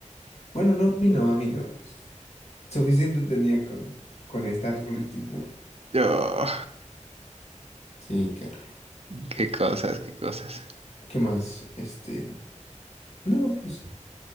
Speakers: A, on the left (about 60°); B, on the right (about 50°).
A: Bueno, no, a mí no, a mí no. Suficiente tenía con, con estar solito y burro.
B: Yo,
A: Sí, caray.
B: qué cosas, qué cosas.
A: ¿Qué más? Este, no, pues